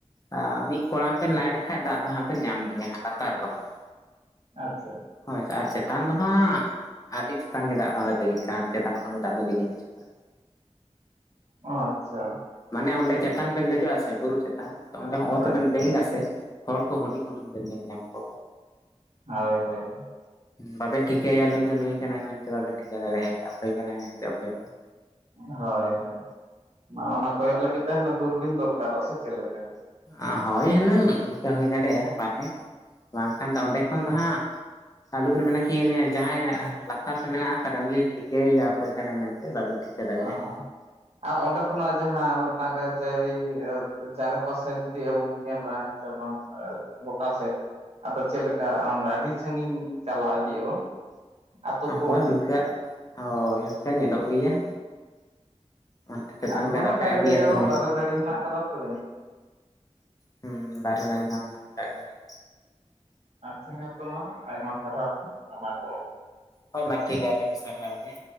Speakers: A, on the left (about 30°); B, on the right (about 60°).
A: ᱟ ᱢᱤᱫ ᱠᱚᱲᱟᱢ ᱵᱮᱱ ᱞᱟᱭ ᱞᱮᱠᱷᱟᱡ ᱫᱟᱜ ᱫᱚ ᱦᱟᱸᱜ ᱵᱮᱱ ᱧᱟᱢ ᱜᱮᱭᱟ ᱦᱟᱸᱜ ᱞᱟᱛᱟᱨ ᱫᱚ ᱦᱟᱸᱜ᱾
B: ᱟᱪᱪᱷᱟ᱾
A: ᱦᱳᱭᱥᱮ ᱟᱨ ᱪᱮᱛᱟᱱ ᱫᱚ ᱦᱟᱸᱜ ᱟᱹᱰᱤ ᱪᱮᱛᱟᱱ ᱜᱮ ᱫᱟᱜ ᱫᱚ ᱚᱸᱰᱮ ᱞᱤᱜᱤᱱ ᱠᱟᱱᱟ ᱛᱚ ᱪᱮᱛᱟᱱ ᱠᱷᱚᱱ ᱜᱮ ᱫᱟᱜ ᱫᱚ ᱞᱤᱜᱤᱱ ᱦᱤᱡᱩᱜ ᱠᱟᱱᱟ᱾
B: ᱚ ᱟᱪᱪᱷᱟ᱾
A: ᱢᱟᱱᱮ ᱚᱸᱰᱮ ᱪᱮᱛᱟᱱ ᱵᱮᱱ ᱫᱮᱡᱚᱜ-ᱟ ᱥᱮ ᱵᱩᱨᱩ ᱪᱮᱛᱟᱱ ᱛᱚ ᱚᱸᱰᱮ ᱦᱚᱸ ᱚᱛ
B: ᱦᱳᱭ
A: ᱵᱮᱱ
B: ᱦᱮᱸ
A: ᱵᱮᱸᱜᱮᱜᱟ ᱥᱮ ᱦᱚᱲ ᱠᱚ ᱦᱩᱰᱤᱧ ᱦᱩᱰᱤᱧ ᱵᱮᱱ ᱧᱮᱞ ᱧᱟᱢ ᱠᱚᱣᱟ᱾
B: ᱦᱳᱭ ᱦᱳᱭ᱾
A: ᱵᱟᱵᱮᱱ ᱴᱷᱤᱠᱟᱹᱭᱟ ᱱᱩᱭ ᱫᱚ ᱱᱩᱭ ᱠᱟᱱᱟᱭ ᱢᱮᱱᱛᱮ ᱵᱟᱵᱮᱱ ᱴᱷᱤᱠᱟᱹ ᱫᱟᱲᱮᱦᱟᱭᱟ ᱚᱠᱚᱭ ᱠᱟᱱᱟᱭ ᱢᱮᱱᱛᱮ ᱚᱠᱚᱭ ᱵᱟᱝ᱾
B: ᱦᱳᱭ ᱦᱳᱭ ᱚᱱᱟ ᱢᱟ ᱠᱚᱭᱚᱜ ᱞᱟᱹᱜᱤᱫ ᱛᱮ ᱦᱟᱱᱮ ᱫᱩᱨᱵᱤᱱ ᱫᱚᱨᱠᱟᱨᱚᱜᱼᱟ ᱥᱮ ᱪᱮᱫ ᱞᱮᱠᱟ?
A: ᱚ ᱦᱳᱭ ᱦᱩᱱᱟᱹᱝ, ᱚᱱᱠᱟ ᱦᱩᱭ ᱫᱟᱲᱮᱭᱟᱜᱼᱟ ᱵᱟᱞᱮ᱾ ᱵᱟᱝᱠᱷᱟᱱ ᱫᱚ ᱚᱸᱰᱮ ᱠᱷᱚᱱ ᱫᱚ ᱦᱟᱸᱜ ᱟᱞᱚᱵᱮᱱ ᱢᱮᱱᱟ ᱠᱤ ᱡᱟᱦᱟᱸ ᱦᱟᱰᱮᱸ ᱞᱟᱛᱟᱨ ᱨᱮ ᱢᱮᱱᱟᱜ ᱟᱠᱟᱫᱮ ᱩᱱᱤᱢ ᱞᱟᱹᱭ ᱴᱷᱤᱠᱟᱹᱭᱭᱟ ᱚᱠᱚᱭ ᱠᱟᱱᱟᱭ ᱢᱮᱱᱛᱮ ᱵᱟᱵᱮᱱ ᱴᱷᱤᱠᱟᱹ ᱫᱟᱲᱮᱭᱟᱭᱟ
B: ᱚ ᱦᱳᱭ᱾ ᱟ ᱚᱸᱰᱮ ᱠᱷᱚᱱᱟᱜ ᱡᱟᱦᱟᱸ ᱢᱤᱫᱴᱟᱝ ᱠᱟᱹᱪᱟᱹᱨᱤ ᱪᱟᱨᱮ ᱯᱟᱥᱮ ᱡᱩᱫᱤ ᱟᱵᱚ ᱵᱚᱱ ᱧᱮᱞᱟ ᱦᱮᱸ <unintelligible> ᱜᱚᱴᱟ ᱥᱮᱫ᱾ ᱟᱫᱚ ᱪᱮᱫ ᱞᱮᱠᱟ ᱟᱢᱫᱟ ᱟᱹᱰᱤ ᱥᱟᱸᱜᱤᱧ ᱪᱟᱞᱟᱣ ᱤᱫᱤᱜ-ᱟ ᱵᱟᱝ? ᱟᱛᱳ ᱠᱚ
A: ᱦᱳᱭ ᱚᱱᱠᱟ, ᱦᱳᱭ ᱚᱱᱠᱟ ᱧᱮᱞᱚᱜ ᱜᱮᱭᱟ᱾ ᱚᱱᱛᱮ ᱪᱮᱛᱟᱱ
B: ᱟᱫᱚ ᱫᱚᱢᱮ
A: ᱵᱮᱱ ᱨᱟᱠᱟᱵ
B: ᱫᱟᱨᱮ
A: ᱤᱫᱤᱜ
B: ᱜᱟᱡᱟᱲ
A: ᱟᱛᱚ
B: ᱦᱚᱸ
A: ᱧᱮᱞᱚᱜ
B: ᱫᱟᱨᱮ
A: ᱜᱮᱭᱟ᱾
B: ᱱᱟᱹᱲᱤ ᱦᱮᱱᱟᱜ ᱟᱠᱟᱫᱟ ᱛᱚ ᱡᱟᱹᱱᱤᱡ
A: ᱦᱩᱸ ᱫᱟᱨᱮ ᱱᱟᱹᱲᱤ ᱢᱟ ᱢᱮᱱᱟᱜ ᱟᱠᱟᱫ ᱜᱮᱭᱟ᱾
B: ᱟᱪᱪᱷᱟ ᱦᱮᱸ ᱛᱚ ᱢᱟ ᱟᱭᱢᱟ ᱥᱟᱨᱦᱟᱣ ᱟᱭᱢᱟ <inaudible>
A: ᱦᱳᱭ ᱢᱟ ᱴᱷᱤᱠ ᱜᱮᱭᱟ ᱟᱵᱮᱱ ᱦᱚᱸ ᱥᱟᱨᱦᱟᱣ ᱜᱮ᱾